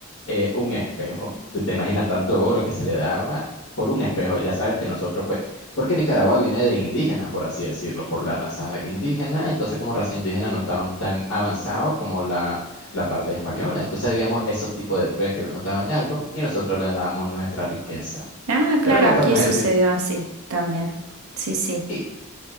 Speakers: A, on the left; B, on the right.
A: eh, un espejo. Tú te imaginas tanto oro que se le daba por un espejo. Ya saber que nosotros, pues, porque Nicaragua viene de indígenas, por así decirlo, por la raza indígena. Entonces, como raza indígena no estaban tan avanzados como la, la parte española. Entonces, habíamos esos tipos de trueques que nos daban algo y nosotros le dábamos nuestra riqueza.
B: Ah,
A: Pero
B: claro,
A: conforme
B: aquí sucedió
A: <laughs> se-
B: así también. Sí, sí.
A: y